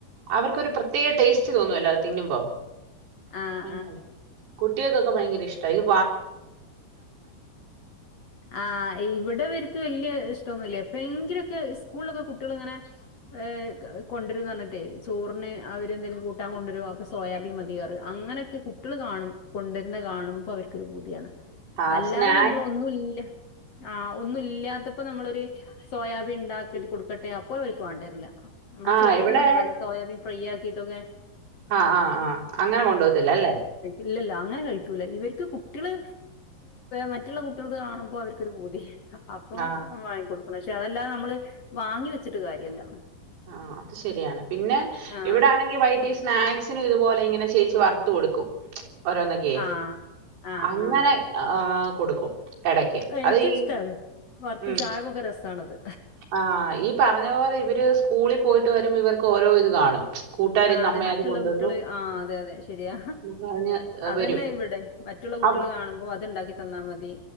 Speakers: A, on the right (about 85°); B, on the left (about 45°).
A: അവർക്കൊരു പ്ര ത്യേ ടേസ്റ്റ് തോന്നുഅല്ലോ അത് തിന്നുമ്പോ
B: ആഹ്
A: <unintelligible> കുട്ട്യേക്കൊക്കെ ഭയങ്കര ഇഷ് ട്ടയ്‌ർ
B: ആ ഇവിടെ വര്ക് വെല്യെ ഏ ഇഷ്ടൊന്നുല്യ എപ്പഴങ്കിലൊക്കെ സ്കൂൾലൊക്കെ കുട്ട്യേള് ങ്ങനെ ഏ കെഹ് കൊണ്ട്രുന്നർഞ്ഞിട്ടേ ചോർന് അവര് എന്തേലും കൂട്ടാൻ കൊണ്ട്രു അപ്പൊ സോയാബീൻ മതിയാറ്. അങ്ങനെയൊക്കെ കുട്ടികൾ കാണും കൊണ്ടരുന്നത് കാണും പ്പോവർക്കൊരു പൂതിയാണ്
A: ആ
B: അല്ലാതെ
A: സ്നാക്സ്
B: നമ്മള ഒന്നുംല്ല ആ ഒന്നും ഇല്ലാത്തപ്പോ നമ്മളൊരു സോയാബീൻ ഉണ്ടാക്കിട്ട് കൊടുക്കട്ടെ അപ്പൊ അവർക്ക് വേണ്ടിരില്ല നമ്മള്
A: ആ
B: ചോർനൊക്കെ
A: ഇവിടെ
B: ഒണ്ടാവില്ലേ സോയാബീൻ ഫ്രീയാക്കിട്ടൊക്കെ
A: ആ ആ ആ അങ്ങനെ കൊണ്ട് പോവത്തില്ലല്ലേ
B: ഇല്ലില്ല അങ്ങനെ കഴിക്കൂല ഇവർ കുട്ടികള് മറ്റുള്ള കുട്ടികൾ കാണുമ്പോൾ അവർക്കൊരു പൂതി അപ്പൊ
A: ആ
B: വാങ്ങി കൊടുക്കണ പക്ഷെ അതല്ലാതെ നമ്മള് വാങ്ങി വെച്ചിട്ട് കാര്യവില്ല
A: ആ അത് ശരിയാണ് പിന്നെ
B: ആഹ്
A: ഇവിടൊണെങ്കി വൈകി സ്നാക്സിനും ഇതുപോലെ ഇങ്ങനെ ചേച്ചി വറുത്തു കൊടുക്കും ഓരോന്നക്കയെ
B: ആഹ് ആഹ്
A: അങ്ങനെ
B: ആഹ്
A: ആ കോ ഇടക്ക്
B: എനിക്കും
A: അത്ഈ
B: ഇഷ്ടാണ് വറുത്ത്
A: ഉ
B: ചായക്കൊക്കെ രസാണത്
A: ആ ഈ പറഞ്ഞ പോലെ ഇവര് പോയിട്ട് വരുമ്പോ ഇവർക്ക് ഓരോ ഇത് കാണും കൂട്ടുകാർ
B: ആ
A: ഇന്ന്
B: അതെ
A: അമ്മ
B: മറ്റുള്ള
A: അത് കൊണ്ടുവന്നു
B: കുട്ടികള് ആ അതെ അതെ ശരിയാ
A: എന്ന് പറഞ്ഞ്
B: അതന്നെ
A: വരും
B: ഇവിടെ മറ്റുള്ള കുട്ടികള്
A: അപ്പ-
B: കാണുമ്പോ അത്ണ്ടാക്കി തന്നാ മതി